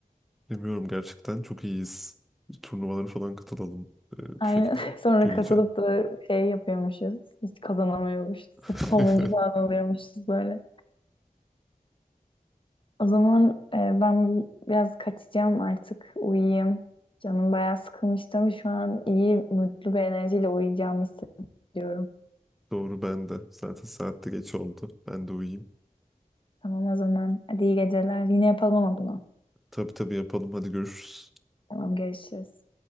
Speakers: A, in the centre; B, on the left (about 35°).
A: Bilmiyorum gerçekten. Çok iyiyiz. Turnuvalara falan katılalım e,
B: Aynen.
A: bu şekilde.
B: <laughs> Sonra
A: Gülce.
B: katılıp da şey yapıyormuşuz. Hiç kazanamıyormuşuz.
A: <laughs>
B: Sırf sonuncu falan alıyormuşuz böyle. O zaman e, ben biraz kaçacağım artık. Uyuyayım. Canım bayağı sıkılmıştı ama şu an iyi, mutlu bir enerjiyle uyuyacağımı hissediyorum.
A: Doğru ben de. Zaten saatte geç oldu. Ben de uyuyayım.
B: Tamam o zaman. Hadi iyi geceler. Yine yapalım ama bunu.
A: Tabii tabii yapalım. Hadi görüşürüz.
B: Tamam görüşürüz.